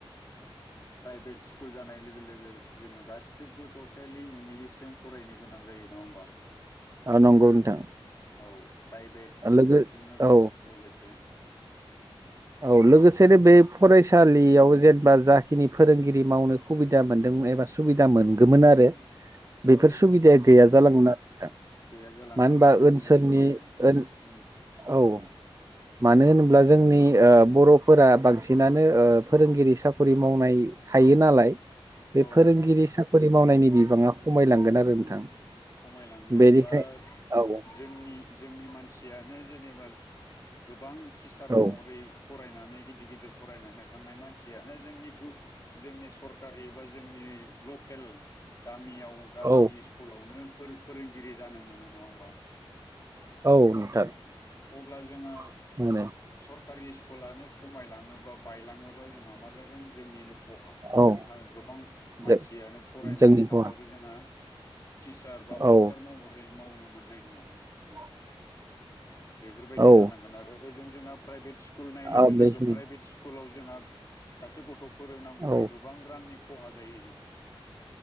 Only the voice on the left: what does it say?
<inaudible> प्राइभेट स्कुल जानाय लोगो लोगो जोङो गासिबो टटेलि इंलिसजों फरायनो गोनां जायो नङा ह़ोमबा।
औ प्राइभेट
जोङो
लोगोसे <inaudible>
औ
गैया जालांगोन
जोंहा
जोंनिनो
उम
औ
खमायलांगोन
बा
जोंनि जोंनि मानसियानो जेनेबा गोबां टिचार
महरै फरायनानै गिदिर गिदिर फरायनानै थांनाय मानसियानो जोंनि गु जोंनि सरकारि बा जोंनि ल खेल गामियाव गामिनि
स्कुलावनो फोर फोरोंगिरि जानो मोनो नङा होमबा
अब्ला जोंहा
सरकारि स्कुलानो खमायलाङोबा बायलाङोबा जोंहा मा जागोन जोंनिनो खहा
जोंहा गोबां मानसियानो
फरायनानै
थांबाबो
जोंहा टिचार बा मास्टार
महरै मावनो मोननाय नङा
बेफोरबायदि
जालांगोन आरो ओजों जोंहा प्राइभेट स्कुल नाय लोगो
लोगो
प्राइभेट स्कुलाव जोंहा सासे गथ फोरोंनांगौबा
गोबां रांनि खहा जायो जोंहा